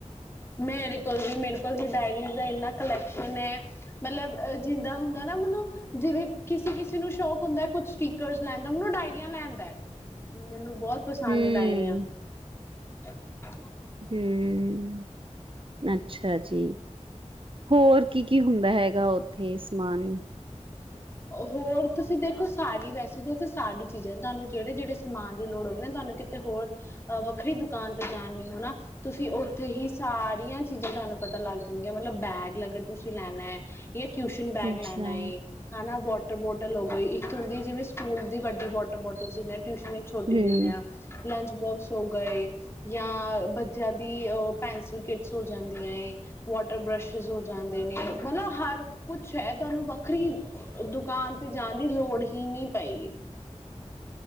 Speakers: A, on the left; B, on the right.
A: ਮੇਰੇ ਕੋਲ ਵੀ ਮੇਰੇ ਕੋਲ ਵੀ ਡਾਇਰੀਆ ਦਾ ਇੰਨਾ ਕਲੈਕਸ਼ਨ ਹੈ ਮਤਲਬ ਜਿਦਾ ਹੁੰਦਾ ਨਾ ਮਨ ਜਿਵੇ ਕਿਸੇ ਕਿਸੇ ਨੂੰ ਸ਼ੋਕ ਹੁੰਦਾ ਕੁਛ ਸਟੀਕਰ ਲੈਣ ਦਾ ਮੈਨੂੰ ਡਾਇਰੀਆਂ ਲੈਦਾ ਮੈਨੂੰ ਬਹੁਤ ਪਸੰਦ
B: ਹਮ
A: ਨੇ ਡਾਇਰੀਆਂ <unintelligible>
B: ਹੂੰ ਅੱਛਾ ਜੀ ਹੋਰ ਕੀ ਕੀ ਹੁੰਦਾ ਹੈਗਾ ਉੱਥੇ ਸਮਾਨ
A: ਹੋਰ ਤੁਸੀਂ ਦੇਖੋ ਸਾਰੀ ਵੈਸੇ ਤਾਂ ਉਥੇ ਸਾਰੀ ਚੀਜ਼ਾਂ ਤੁਹਾਨੂੰ ਜਿਹੜੇ ਜਿਹੜੇ ਸਮਾਨ ਦੀ ਲੋੜ ਹੋਗੀ ਨਾ ਤੁਹਾਨੂੰ ਕਿਤੇ ਹੋਰ ਵੱਖਰੀ ਦੁਕਾਨ ਤੇ ਜਾਣ ਹੋ ਨਾ ਤੁਸੀਂ ਉੱਥੇ ਹੀ ਸਾਰੀਆਂ ਚੀਜ਼ਾਂ ਤੁਹਾਨੂੰ ਪਤਾ ਲੱਗ ਜਾਂਗੀਆਂ ਮਤਲਬ ਬੈਗ ਲਗ ਤੁਸੀਂ ਲੈਣਾ ਹੈ। ਜਾਂ ਟਿਊਸ਼ਨ ਬੈਗ
B: ਅੱਛਾ
A: ਲੈਣਾ ਏ ਵਾਟਰ ਬੋਟਲ ਹੋ ਗਈ ਇੱਕ ਹੁੰਦੀ ਜਿਵੇਂ ਸਕੂਲ ਦੀ ਵੱਡੀ ਵਾਟਰ ਬੋਟਲ ਦਿੰਦੇ ਟਿਊਸ਼ਨ ਛੋਟੀ
B: ਹਮ
A: ਦਿੰਦੇ ਆ ਲੰਚ ਬੋਕਸ ਹੋ ਗਏ ਜਾਂ ਬਚਿਆ ਦੀ ਪੈਨਸਿਲ ਕਿਟਸ ਹੋ ਜਾਂਦੀਆਂ ਏ ਵਾਟਰ ਬ੍ਰਸ਼ਿਸ ਹੋ ਜਾਂਦੇ ਨੇ ਮਤਲਬ ਹਰ ਕੁਛ ਹੈ ਤੁਹਾਨੂੰ ਵੱਖਰੀ ਦੁਕਾਨ ਤੇ ਜਾਣ ਦੀ ਲੋੜ ਹੀ ਨਹੀਂ‌ ਪਏਗੀ।